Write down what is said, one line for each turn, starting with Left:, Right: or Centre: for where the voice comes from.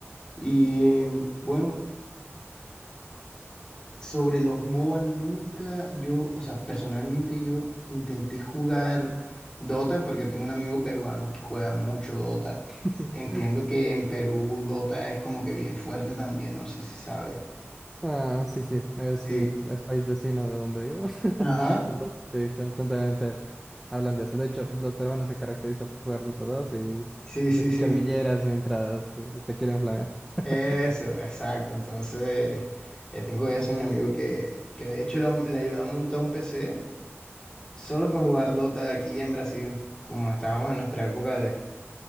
Left: Y bueno, Sobre los MOBA nunca yo, o sea, personalmente yo intenté jugar Dota porque tengo un amigo peruano que juega mucho Dota.
Centre: <laughs>
Left: Entiendo que en Perú Dota es como que bien fuerte también, no sé si sabes.
Centre: Ah, sí, sí, es
Left: Sí.
Centre: mi es país vecino de donde vivo. <laughs>
Left: Ajá.
Centre: Entonces, sí, constantemente hablan de eso. De hecho, los peruanos se caracterizan por jugar Dota 2 y
Left: Sí, sí,
Centre: escuchar
Left: sí.
Centre: villeras mientras eh, te quieren flamear. <laughs>
Left: Eso, exacto. Entonces, eh, tengo ese mi amigo que, que de hecho lo- le ayudó a montar un PC solo para jugar Dota aquí en Brasil, como estábamos en nuestra época